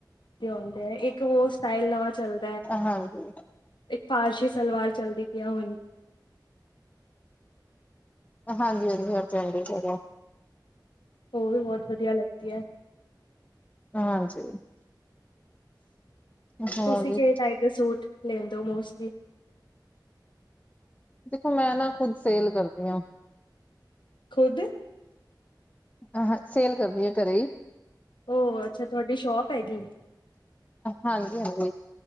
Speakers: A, on the left (about 85°); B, on the left (about 20°).
A: ਆਉਂਦੇ ਐ, ਇੱਕ ਹੋਰ ਸਟਾਈਲ ਨਵਾਂ ਚਲ
B: ਹਾਂਜੀ।
A: ਇੱਕ ਫ਼ਾਰਸ਼ੀ ਸਲਵਾਰ ਚੱਲਦੀ ਪਈ ਐ ਹੁਣ।
B: ਹਾਂਜੀ-ਹਾਂਜੀ, ਹੋਰ ਚੰਡੀਗੜ੍ਹੋਂ।
A: ਉਹ ਵੀ ਬਹੁਤ ਵਧੀਆ ਲੱਗਦੀ ਐ।
B: ਹਾਂਜੀ ਹੋਰ
A: ਤੁਸੀਂ
B: ਜੀ।
A: ਕਿਹੜੇ ਟਾਈਪ ਦੇ ਸੂਟ ਲੈਂਦੇ ਹੋ ਮੋਸਟਲੀ।
B: ਦੇਖੋ ਮੈਂ ਨਾ ਖੁੱਦ ਸੇਲ ਕਰਦੀ ਆਂ।
A: ਖੁਦ
B: ਆਹਾ ਸੇਲ ਕਰਦੀ ਆਂ ਘਰੇ ਈ।
A: ਉਹ ਅੱਛਾ ਤੁਹਾਡੀ ਸ਼ੋਪ ਐ ਗੀ।
B: ਹਾਂਜੀ-ਹਾਂਜੀ,